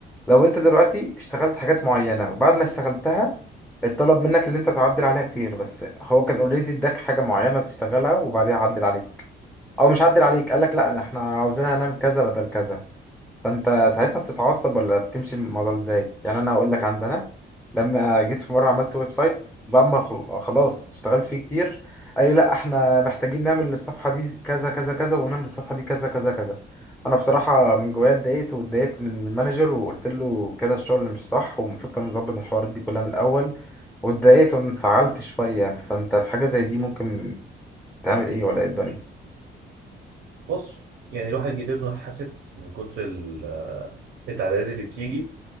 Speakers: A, in the centre; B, on the right.
A: لو انت دلوقتي اشتغلت حاجات معينة وبعد ما اشتغلتها اتطلب منك اللي انت تعدل عليها كتير بس هو كان اوريدي اداك حاجة معينة تشتغلها وبعدين عدل عليك او مش عدل عليك قال لك لا انا احنا عاوزينها نعمل كذا بدل كذا فانت ساعتها بتتعصب ولا بتمشي من الموضوع ازاي يعني انا هقول لك عندنا لما جيت في مره عملت ويب سايت بعد ما خل- خلاص اشتغلت فيه كتير قال لي لا احنا محتاجين نعمل الصفحه دي كذا كذا كذا ونعمل الصفحه دي كذا كذا كذا انا بصراحه من جوايا اتضايقت واتضايقت من المانجر وقلت له كده الشغل مش صح والمفروض كان نظبط الحوارات دي كلها من الاول واتضايقت وانفعلت شويه فانت في حاجه زي دي ممكن تعمل ايه ولا ايه الدنيا
B: بص يعني الواحد جيتته حست من كتر ال- آه، التعديلات اللي بتيجي